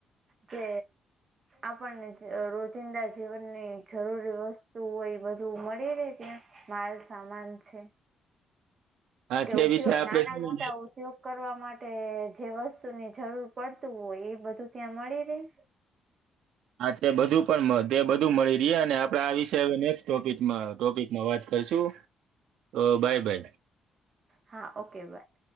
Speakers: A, on the right; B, on the right.
A: કે આપણને રોજિંદા જીવનની જરૂરી વસ્તુ હોય બધું મળી રે ત્યાં. માલ સામાન છે
B: હા
A: કે
B: તે
A: ઉદ્યો
B: વિશે આપડે
A: નાના
B: છે ને
A: મોટા ઉદ્યોગ કરવા માટે ટે જે વસ્તુની જરૂર પડતું હોય એ બધું ત્યાં મળી રહેે.
B: હા તે બધું પણ મ તે બધું મળી રયે અને આપડે આ વિશે હવે નેક્સ્ટ ટોપિકમા ટોપિક મા વાત કરશું તો બાય બાય.
A: હા ઓકે બાય.